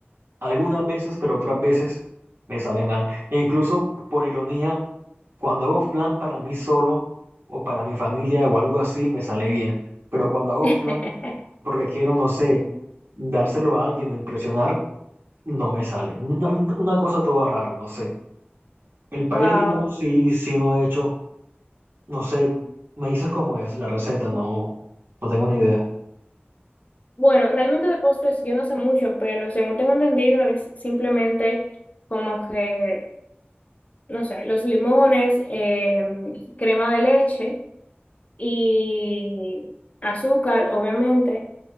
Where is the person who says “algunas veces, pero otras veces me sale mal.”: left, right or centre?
Right